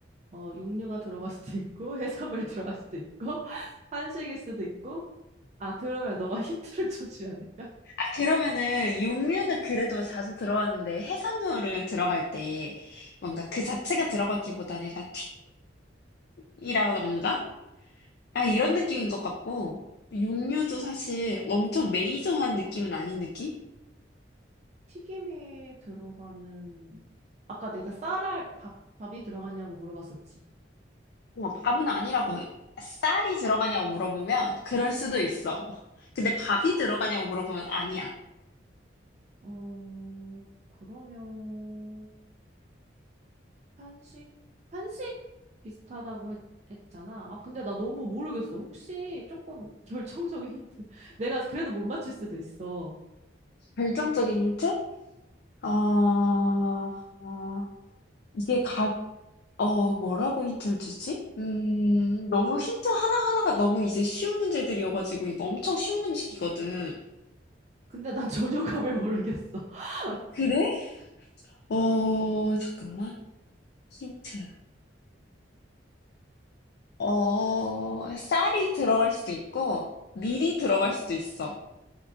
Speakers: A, on the right (about 35°); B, on the left (about 55°).
A: 어, 육류가 들어갈 수도 있고, <laughs> 해산물이 들어갈 수도 있고, <laughs> 한식일 수도 있고, 아, 그러면 너가 <laughs> 힌트를 좀 주면 안 될까?
B: 아, 그러면은 육류는 그래도 뭐 자주 들어왔는데 해산물은 들어갈 때 뭔가 그 자체가 들어가기보다는 약간 튀김이라던가? 아, 이런 느낌인 것 같고 육류도 사실 엄청 메이저한 느낌은 아닌 느낌?
A: 튀김에 들어가는, 아까 내가 쌀알, 밥, 밥이 들어가냐고 물어봤었지.
B: 어, 밥은 아니라고. 쌀이 들어가냐고 물어보면 그럴 수도 있어. <laughs> 근데 밥이 들어가냐고 물어보면 아니야.
A: 어, 그러면, 한식, 한식 비슷하다고 했, 했잖아. 아, 근데 나 너무 모르겠어. 혹시 조금 결정적인 힌트. <laughs> 내가 그래도 못 맞출 수도 있어.
B: 결정적인 힌트? 어, 이게 각, 어, 뭐라고 힌트를 주지? 음, 너무 힌트 하나하나가 너무 이제 쉬운 문제들이어가지고 이거 엄청 쉬운 음식이거든.
A: 근데 난 <laughs> 전혀 감을 모르겠어. <laughs>
B: 아, 그래? 어, 잠깐만. 힌트. 어, 쌀이 들어갈 수도 있고, 밀이 들어갈 수도 있어.